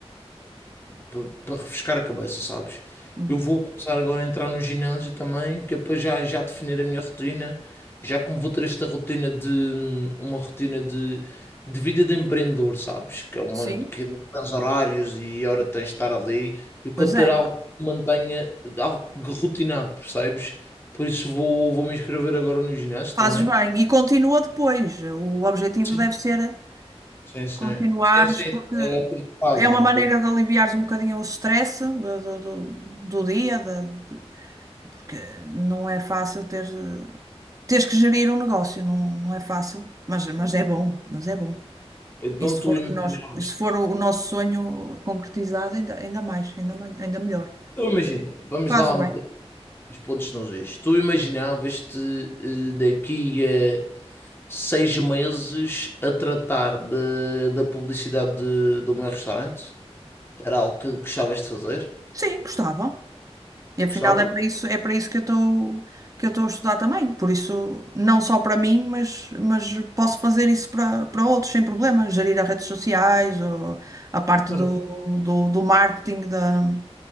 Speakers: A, on the left; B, on the right.
A: para, para refrescar a cabeça, sabes?
B: Uhum.
A: Eu vou começar agora a entrar no ginásio também, que é para já, já definir a minha rotina, já como vou ter esta rotina de uma rotina de, de vida de empreendedor, sabes? Que é uma
B: Sim,
A: que não tens horários e hora tens de estar ali. Eu quero
B: Pois
A: ter
B: é.
A: algo que mantenha algo rotinado, percebes? Por isso vou, vou me inscrever agora no ginásio
B: Fazes
A: também.
B: bem. E continua depois. O objetivo
A: Sim,
B: deve ser
A: sim, sim.
B: continuares,
A: Sim, sim.
B: porque
A: É a curto prazo,
B: é uma
A: é uma
B: maneira
A: coisa.
B: de aliviares um bocadinho o stress do, do, do- do dia, da- de- porque não é fácil ter. eh, teres que gerir um negócio, não, não é fácil, mas, mas
A: que eu não-
B: é bom, mas é bom.
A: Então
B: E se
A: tu
B: for
A: imaginavas.
B: o que nós, e se for o nosso sonho concretizado, ainda, ainda mais, ainda, ma- ainda melhor.
A: Então, imagina, vamos
B: Fazes
A: lá
B: bem.
A: meter os pontos nos is. Tu imaginavas-te eh, daqui a seis meses a tratar de- da publicidade de, do meu restaurante? Era algo que gostavas de fazer?
B: Sim, gostava. E afinal
A: Gostava?
B: é para isso, é para isso que eu estou, que eu estou a estudar também. Por isso, não só para mim, mas, mas posso fazer isso para, para outros sem problema. Gerir as redes sociais, ou a parte
A: Maravilha.
B: do, do, do marketing, da,